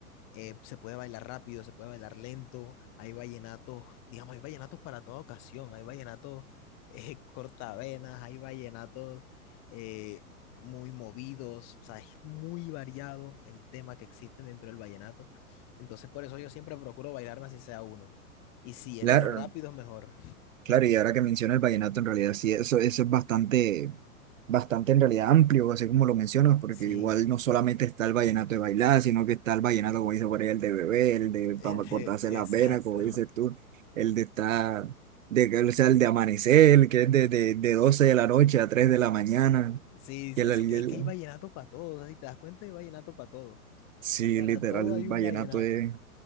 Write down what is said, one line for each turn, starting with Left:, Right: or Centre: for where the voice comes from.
Left: eh, se puede bailar rápido, se puede bailar lento, hay vallenatos, digamos, hay vallenatos para toda ocasión, hay vallenatos eh, <laughs> cortavenas, hay vallenatos eh, muy movidos, o sea, es muy variado el tema que existe dentro del vallenato. Entonces, por eso yo siempre procuro bailarme así sea uno. Y si es
Right: Claro,
Left: de los rápidos, mejor.
Right: claro, y ahora que menciona el vallenato, en realidad sí, eso, eso es bastante, bastante en realidad amplio, así como lo mencionas, porque
Left: Sí,
Right: igual no solamente está el vallenato de bailar, sino que está el vallenato, como dice por ahí, el de bebé, el de
Left: el
Right: para
Left: de-
Right: cortarse
Left: <laughs>
Right: las
Left: exacto.
Right: venas, como dices tú, el de estar, de, que- o sea, el de amanecer, el que es de, de, de 12 de la noche a 3 de la mañana,
Left: Sí,
Right: que
Left: es
Right: el, el-
Left: que,
Right: el-
Left: es que hay vallenato para todo, o sea, si te das cuenta, hay vallenato para todo.
Right: sí,
Left: Para
Right: literal,
Left: todo
Right: el
Left: hay
Right: vallenato
Left: un vallenato.
Right: es